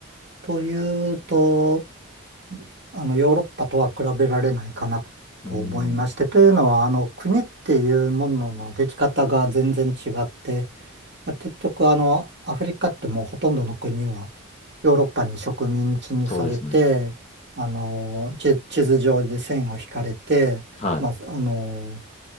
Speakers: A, on the right (about 50°); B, on the left (about 30°).
A: というと、あの、ヨーロッパとは比べられないかなと思いまして、
B: うん、
A: というのは、あの、国っていうもののでき方が全然違って、まあ、結局、あの、アフリカってもうほとんどの国はヨーロッパに植民地にされて、
B: そうですね。
A: あの、地、地図上で線を引かれて、
B: はい。
A: まあ、あの、